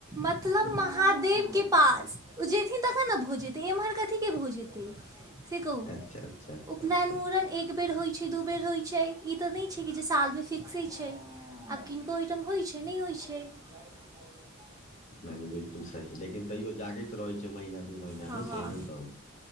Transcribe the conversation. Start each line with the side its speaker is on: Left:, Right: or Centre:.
Right: मतलब महा देव के पास ओ जेयथिन तखन ने भो जेतै एम्हर कथीके भो जेतै से कहू
Left: अच्छा अच्छा अच्छा
Right: उपनयनमूुरन
Left: अच्छा
Right: एक एक बेर होइत छै दू बेर होइत छै ई तऽ नहि छै कि जे सालमे फिक्से छै आब किन को ओहिटम होइत छै नहि होइत छै ब <inaudible>
Left: नहि नहि बिलकुल सही लेकिन तैो जागैत रहै छै महीना दू महीनामे
Right: हँ हँ
Left: से नहि कहू